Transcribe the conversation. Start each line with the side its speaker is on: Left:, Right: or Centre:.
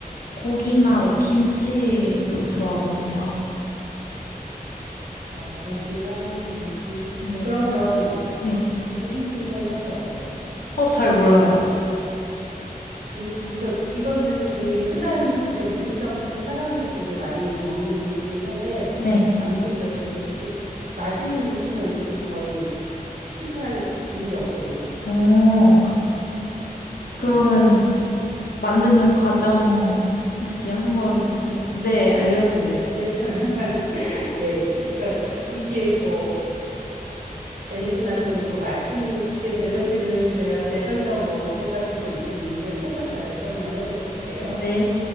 Left: 고기나
Right: 네.
Left: 뭐 김치도 좋아하거든요.
Right: 아, 고기랑 김치.
Left: 네.
Right: 그러면
Left: 네.
Right: 두부김치는 할 줄 아세요?
Left: 어, 잘 몰라요.
Right: 굉- 그러니까 이거는 되게 흔한 음식이 늘상 보통 사람들이 되게 많이 먹는 음식이긴 한데
Left: 네.
Right: 만들기가 되게 쉽게 시- 맛있는 김치만 있으면 거의 실패할 일이 없거든요.
Left: 어, 그러면
Right: 네,
Left: 만드는 과정 혹시 한번,
Right: 한번 가르쳐.
Left: 네, 알려주세요.
Right: 네, <laughs> 네. 그러니까 이게 뭐 A분한테 뭐 그 맛있는 게 델러지는 제가 제 설명으로 부족할 수도 있긴 있는데 최선을 다해서 설명을 해드려 볼게요.
Left: 네,